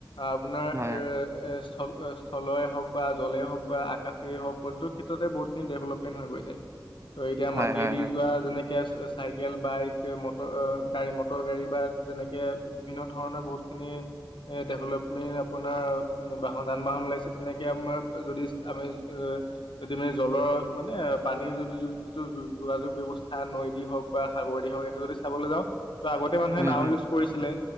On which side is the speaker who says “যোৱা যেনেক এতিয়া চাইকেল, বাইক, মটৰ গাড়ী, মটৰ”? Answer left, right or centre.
Left